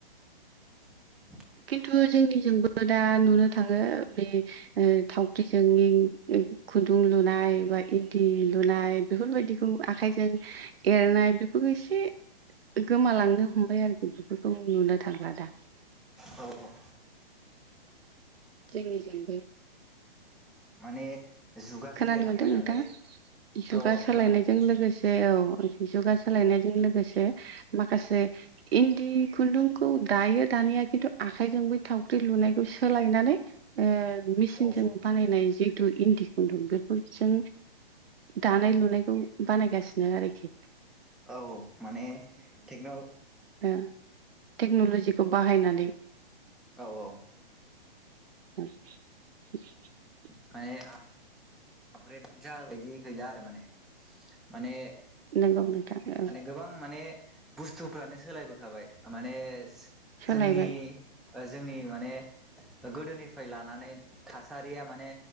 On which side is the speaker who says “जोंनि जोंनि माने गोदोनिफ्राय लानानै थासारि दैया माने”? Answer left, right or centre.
Centre